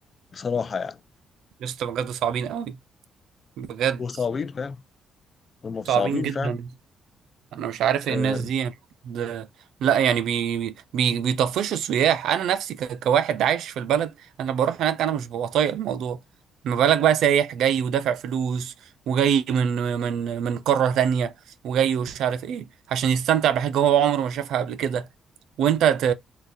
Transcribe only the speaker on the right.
يس بجد صعبين قوي بجد
صعبين جدا
انا مش عارف ايه
الناس دي يعني د- لا يعني بي بي بيطفشوا السياح انا نفسي ك- كواحد عايش في البلد انا بروح هناك انا مش ببقى طايق الموضوع ما بالك بقى سايح جاي ودافع فلوس وجاي من من من قارة تانية وجاي ومش عارف ايه عشان يستمتع بحاجة هو عمره ما شافها قبل كده وانت ت...